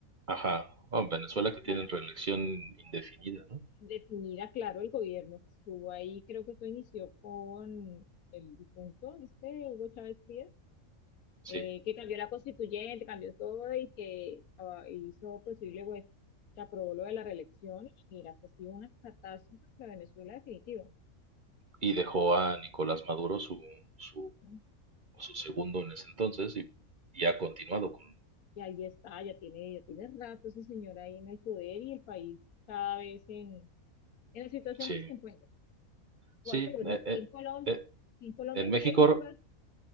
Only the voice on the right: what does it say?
Ajá. Ah, en Venezuela
que tienen reelección indefinida, ¿no?
Sí.
Y dejó a Nicolás Maduro su, su
su segundo en ese entonces y, y ha continuado con...
Sí,
sí.
eh,
eh,
eh,
en
México,